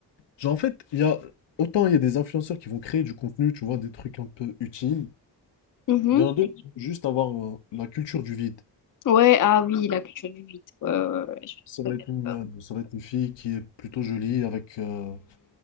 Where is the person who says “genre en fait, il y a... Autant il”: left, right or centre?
Left